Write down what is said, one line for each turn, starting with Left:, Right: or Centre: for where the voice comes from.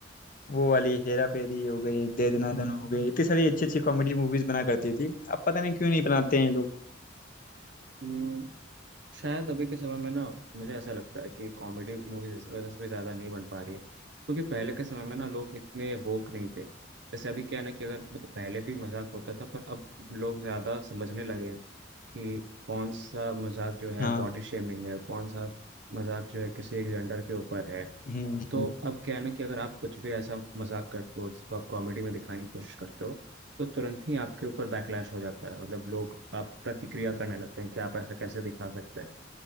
Left: वो वाली हेरा फेरी हो गई दे दना दन हो गई इतनी सारी अच्छी अच्छी कॉमेडी मूवीज बना करती थी अब पता नहीं क्यों नहीं बनाते हैं ये लोग
Right: हम्म, शायद अभी के समय में ना मुझे ऐसा लगता है कि कॉमेडी मूवीज इस वजह से भी ज़्यादा नहीं बन पा रही है क्योंकि पहले के समय में ना लोग इतने वोक नहीं थे जैसे अभी क्या है ना कि अगर मतलब पहले भी मजाक होता था पर अब लोग ज़्यादा समझने लगे हैं कि कौन सा मजाक जो है
Left: हाँ
Right: बॉडी शेमिंग है कौन सा मजाक जो है किसी एक जेंडर के ऊपर है
Left: हम्म
Right: तो
Left: हम्म,
Right: अब क्या है ना कि अगर आप कुछ भी ऐसा मजाक करते हो जिसको आप कॉमेडी में दिखाने की कोशिश करते हो तो तुरंत ही आपके ऊपर बैकलैश हो जाता है मतलब लोग आप प्रतिक्रिया करने लगते हैं कि आप ऐसा कैसे दिखा सकते हैं